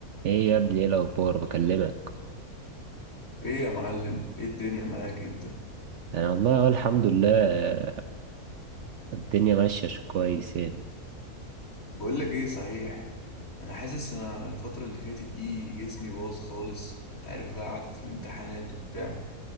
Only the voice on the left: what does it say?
ايه يا معلم ايه الدنيا معاك انت
بقول لك ايه صحيح انا حاسس انا الفتره اللي فاتت دي جسمي باظ خالص انت عارف بقى قعده الامتحانات وبتاع